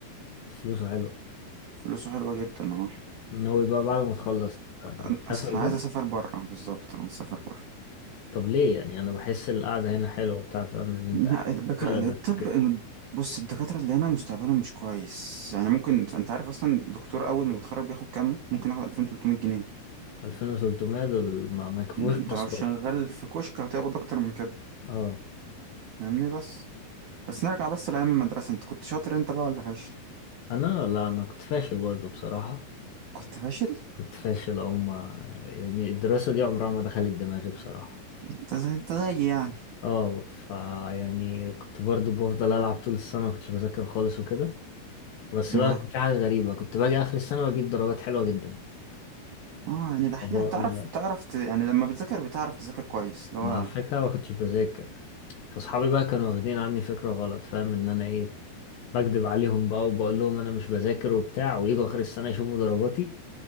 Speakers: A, on the left (about 70°); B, on the right (about 70°).
A: فلوسه حلوه
B: فلوسه حلوة جدا اه
A: ناوي بقى بعد ما تخلص آه،
B: أنا
A: تسافر
B: أصلا
A: بره
B: عايز أسافر برا بالظبط أنا أسافر برا
A: طب ليه يعني انا بحس القعده هنا حلوه بتاع فاهم ان انت
B: لا
A: قاعد
B: الدك...
A: في بلدك
B: الطب
A: وكده
B: بص الدكاترة اللي هنا مستقبلهم مش كويس يعني ممكن أنت عارف أصلا الدكتور أول ما بيتخرج بياخد كام؟ ممكن ياخد 2300 جنيه
A: 2300 دول ما, ما يكفوش
B: ده أنت
A: مواصلات
B: لو شغال في كشك هتقبض أكتر من كده
A: اه
B: فاهمني بس بس نرجع بس لأيام المدرسة أنت كنت شاطر أنت بقى ولا فاشل؟
A: انا لا انا كنت فاشل برضه بصراحه
B: كنت فاشل؟
A: كنت فاشل او ما يعني الدراسه دي عمرها ما دخلت دماغي بصراحه
B: أنت زي أنت زيي يعني
A: اه فيعني كنت برضه بفضل العب طول السنه ما كنتش بذاكر خالص وكده بس
B: آه.
A: بقى كان في حاجه غريبه كنت باجي اخر السنه واجيب درجات حلوه جدا
B: اه يعني دحيح
A: بقول
B: بتعرف
A: لك
B: بتعرف ت... يعني لما بتذاكر بتعرف تذاكر كويس اللي
A: مع
B: هو
A: الفكرة ما كنتش بذاكر فاصحابي بقى كانوا واخدين عني فكرة غلط فاهم ان انا ايه بكدب عليهم بقى وبقول لهم انا مش بذاكر وبتاع ويجوا اخر السنة يشوفوا درجاتي